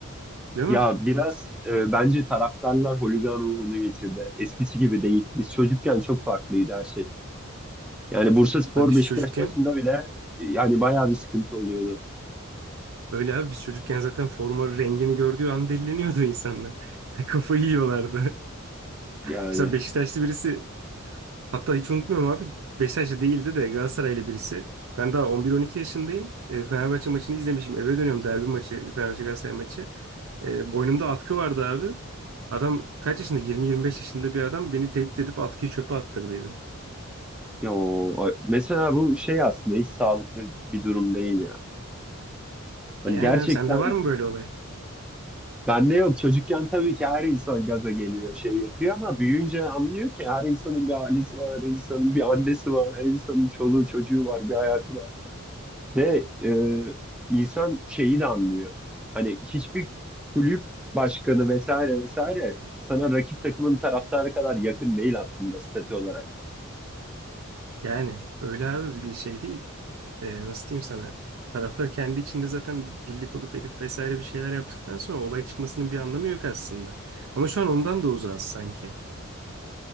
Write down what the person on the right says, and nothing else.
Değil
mi?
Abi biz
çocukken
öyle abi biz çocukken zaten forma rengini gördüğü an deliniyordu insanlar. <laughs> Kafayı yiyorlardı. <laughs>
Mesela Beşiktaşlı birisi hatta hiç unutmuyorum abi Beşiktaşlı değildi de Galatasaraylı birisi. Ben daha 11-12 yaşındayım. E, Fenerbahçe maçını izlemişim. Eve dönüyorum derbi maçı Fenerbahçe Galatasaray maçı. E, boynumda atkı vardı abi. Adam kaç yaşında? 20-25 yaşında bir adam beni tehdit edip atkıyı çöpe attırdıydı.
Yani
abi sende var mı böyle olay?
Yani öyle abi bir şey değil. Ee, nasıl diyeyim sana? Taraftar kendi içinde zaten birlik olup edip vesaire bir şeyler yaptıktan sonra olay çıkmasının bir anlamı yok aslında. Ama şu an ondan da uzağız sanki.